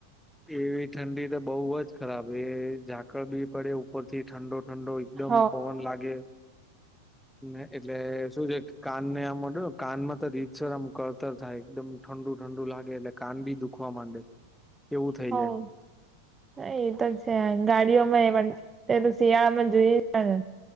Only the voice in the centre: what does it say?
એવી ઠંડી તો બહુ જ ખરાબ. એ ઝાકળ બી પડે ઉપર થી ઠંડો ઠંડો એક દમ
પવન લાગે ને એટલે શું છે ક કાન ને આમ અડો કાનમાં તો રીતસર આમ કળતર થાય એકદમ ઠંડુ ઠંડુ લાગે એટલે. કાન બી દુખવા માંડે. એવું થઈ
જાય